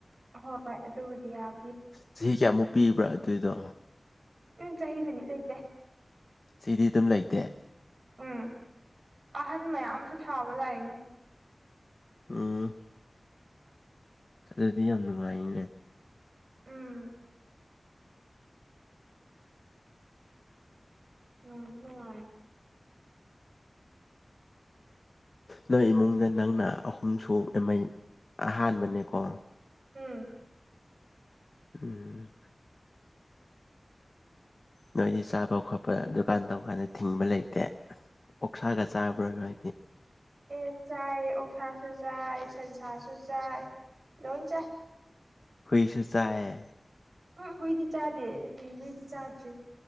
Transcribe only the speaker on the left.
ꯆꯍꯤ ꯀꯌꯥꯃꯨꯛ ꯄꯤꯔꯤꯕ꯭ꯔ ꯑꯗꯨꯏꯗꯣ
ꯆꯍꯤꯗꯤ ꯑꯗꯨꯝ ꯂꯩꯇꯦ
ꯎꯝ ꯑꯗꯨꯗꯤ ꯌꯥꯝ ꯅꯨꯡꯉꯥꯏꯅꯦ
ꯅꯣꯏ ꯏꯃꯨꯡꯗ ꯅꯪꯅ ꯑꯍꯨꯝꯁꯨ ꯃꯩ ꯑꯍꯥꯟꯕꯅꯦꯀꯣ
ꯎꯝ ꯅꯣꯏꯗꯤ ꯆꯥꯕ ꯈꯣꯠꯄ ꯗꯨꯀꯥꯟ ꯇꯧꯀꯥꯟꯗ ꯊꯤꯡꯕ ꯂꯩꯇꯦ ꯑꯣꯛꯁꯥꯒ ꯆꯥꯕ꯭ꯔꯥꯅ ꯍꯥꯏꯗꯤ
ꯍꯨꯢꯁꯨ ꯆꯥꯏꯌꯦ